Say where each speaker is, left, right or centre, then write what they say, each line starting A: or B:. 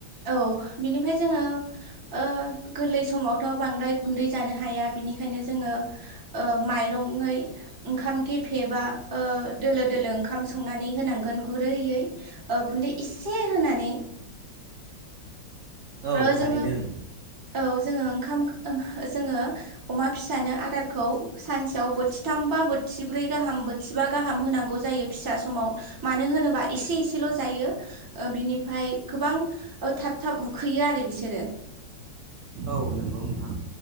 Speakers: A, on the right (about 20°); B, on the right (about 65°).
A: औ बिनिफ्राय जोङो। ओ गोरलै समावथ' गुन्दै जानो बिनिखायनो जोङो। ओ माइरङै। ओंखाम गेफेबा ओ दोलो दोलो ओंखाम संनानै होनांगोन गुरैयै। ओ गुन्दै इसे होनानै।
B: औ
A: ओ
B: थारैनो
A: जोङो।
B: नों
A: औ जोङो ओंखाम जोङो अमा फिसानो आदारखौ, सानसेयाव बोथिथाम बा बोथिब्रै गाहाम बोथिबा गाहाम होनांगौ जायो फिसा समाव। मानो होनोबा एसे एसेल' जायो ओ बिनिफ्राय गोबां थाब थाब उ उखैयो आरो बिसोरो।
B: औ नोंगौ नोंथां।